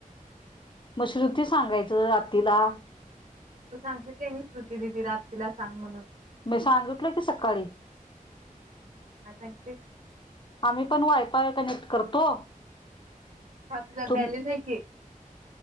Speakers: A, on the left; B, on the right.
A: मग श्रुती सांगायचं आतीला
B: तू सांगशील की नाही श्रुती दीदीला आतीला सांग म्हणून
A: मी सांगितल की सकाळी
B: काय सांगितलीस?
A: आम्ही पण वायफाय कनेक्ट करतो
B: सात हजार
A: तुम
B: बॅलन्स हाय की